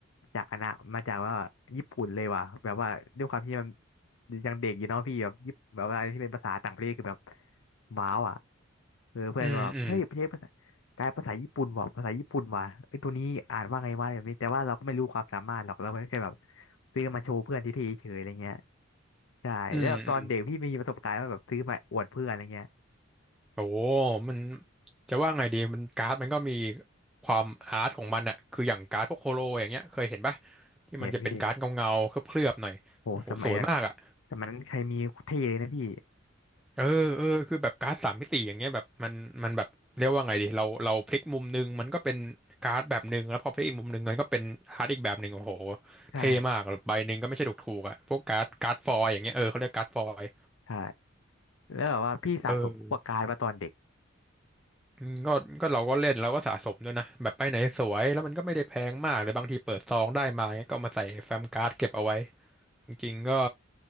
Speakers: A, on the left (about 65°); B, in the centre.
A: จากคนะมาจากว่าญี่ปุ่นเลยว่ะแบบว่าด้วยความที่มันยังเด็กอยู่เนาะพี่แบบญี่ปนแบบว่าอะไรที่เป็นภาษาต่างประเทศคือแบบว้าวอ่ะเออเพื่อนก็แบบเฮ้ยประเทศภาษาการ์ดภาษาญี่ปุ่นว่ะภาษาญี่ปุ่นว่ะไอ้ยตัวนี้อ่านว่าไงวะแบบนี้แต่ว่าเราก็ไม่รู้ความสามารถหรอกเราแค่แบบ
B: อืมอืม
A: ซื้อมาโชว์เพื่อนทีๆเฉยๆอะไรเงี้ยใช่แล้วแบบตอนเด็กพี่มีประสบการณ์ว่าแบบซื้อมาอวดเพื่อนอะไรเงี้ย
B: อืมอืมโอ้มันจะว่าไงดีมันการ์ดมันก็มีความอาร์ตของมันอะคืออย่างการ์ดพวกโคโลอย่างเงี้ยเคยเห็นปะที่มันจะเป็นการ์ดเงาๆเคลือบๆหน่อยโอ้โหสวยมากอะ
A: เห็นพี่ โหสมัยนั้นสมัยนั้นใครมีเท่เลยนะพี่
B: เออเออคือแบบการ์ดสามมิติอย่างเงี้ยแบบมันมันแบบเรียกว่าไงดีเราเราพลิกมุมนึงมันก็เป็นการ์ดแบบหนึ่งแล้วพอพลิกอีกมุมหนึ่งมันก็เป็นการ์ดอีกแบบหนึ่งโอ้โห
A: ใช่
B: เท่มากใบหนึ่งก็ไม่ใช่ถูกถูกอะพวกการ์ดการ์ดฟอยล์อย่างเงี้ยเออเขาเรียกการ์ดฟอยล์
A: ใช่แล้วแบบว่าพี่สะสมพวกกายมาตอนเด็ก
B: เอออืมก็ก็เราก็เล่นเราก็สะสมด้วยนะแบบไปไหนสวยแล้วมันก็ไม่ได้แพงมากหรือบางทีเปิดซองได้มาเงี้ยก็เอามาใส่แฟ้มการ์ดเก็บเอาไว้ จริงๆก็